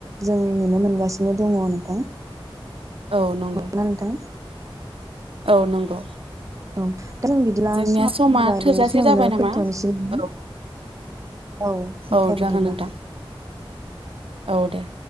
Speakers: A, on the right (about 35°); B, on the right (about 75°).
A: जों नुनो मोनगासिनो दङ नोंथां।
B: औ नंगौ।
A: ना नोंथां
B: औ नंगौ
A: औ जों बिदिला
B: जोंनिया
A: <inaudible>
B: समा थोजासे
A: बेखिनियावनो
B: जाबाय नामा
A: फोथ'नोसै नामा?
B: औ
A: औ
B: औ
A: दे बिदिब्ला।
B: जागोन नोंथां औ दे।